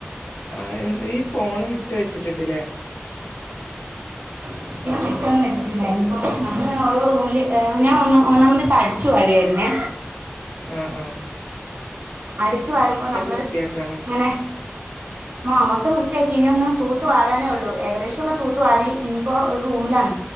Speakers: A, on the left (about 75°); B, on the right (about 50°).
A: ആഹ് നീ ഫോണുവിട്ടു വെച്ചിട്ടുണ്ടുല്ലേ.
B: <unintelligible> കിട്ടൊന്നും വെച്ചിട്ടില്ല. ഇനിപ്പോ നമ്മളിങ്ങനെ ഓരോ റൂമിൽ ഏഹ് ഞാൻ ഒന്ന് ഒന്നാമത് ഇപ്പൊ അടിച്ചുവാരയിരുന്നേ.
A: ഉം ഉം
B: അടിച്ചു വരുമ്പോ നമ്മള്
A: വൃത്തിയാക്കാണോ
B: ഇങ്ങനെ. അ മൊത്തം വൃത്തിയാക്കി ഇനിയൊന്ന് തൂത്തു വാരാനേ ഉള്ളൂ ഏകദേശം. ത്തൊക്കെ തൂത്തുവാരി. ഇനിയിപ്പോ ഒരു റൂമിലാണ്.